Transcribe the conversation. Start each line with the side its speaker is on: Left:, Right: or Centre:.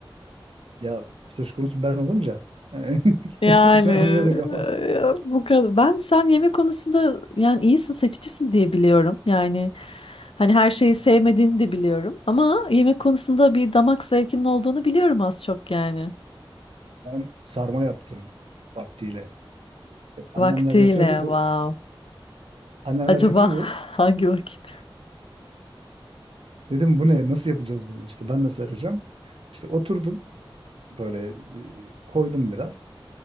Right: ya söz konusu ben olunca yani <laughs>
Left: Yani
Right: onu yadırgamaz.
Left: e, bu kadar. Ben sen yemek konusunda yani iyisin, seçicisin diye biliyorum. Yani hani her şeyi sevmediğini de biliyorum. Ama yemek konusunda bir damak zevkinin olduğunu biliyorum az çok yani.
Right: Ben sarma yaptım vaktiyle. Annemler
Left: Vaktiyle,
Right: yapıyordu. Bu
Left: wow.
Right: annemler
Left: Acaba
Right: yapıyordu.
Left: <laughs> hangi vakit?
Right: Dedim bu ne? Nasıl yapacağız bunu? İşte ben nasıl arayacağım? İşte oturdum böyle e, koydum biraz.